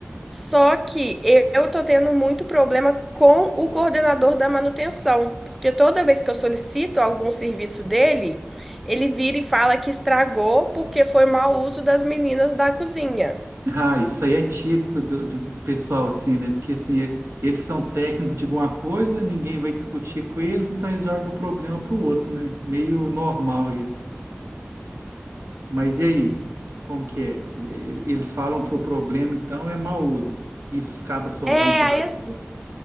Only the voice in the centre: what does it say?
Só que eu tô tendo muito problema com o coordenador da manutenção, porque toda vez que eu solicito algum serviço dele, ele vira e fala que estragou porque foi mau uso das meninas da cozinha.
É,
aí
assim,